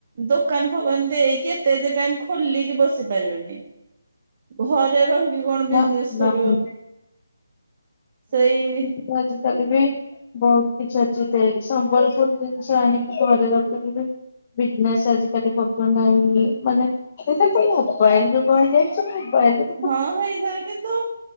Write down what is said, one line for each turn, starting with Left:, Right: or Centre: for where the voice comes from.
Right: ଦୋକାନ ଫୋକାନ ଦେଇକି, ଏତେ ଏତେ ଟାଇମ୍ ଖୋଲିକି ବସି ପାରିବିନି। ଘରେ ରହିକି କଣ ବିଜନେସ
Left: ନା
Right: କରିବ?
Left: ନା
Right: ସେଇ
Left: ମୁଁ ଆଜିକାଲି ବି ବହୁତ କିଛି ଅଛି, <unintelligible> ସମ୍ବଲପୁରୀ ଜିନିଷ ଆଣିକି ଘରେ ରଖିକି ବି ବିଜନେସ୍ ଆଜିକାଲି କରୁଚନ୍ତି, ନାଇଁ ମାନେ ସେଇ ଟା ତ ମୋବାଇଲିରେ କୁହା ଯାଇଚି, ମୋବା ଇଲ
Right: ହଁ, ହେଇଥିରେ କିନ୍ତୁ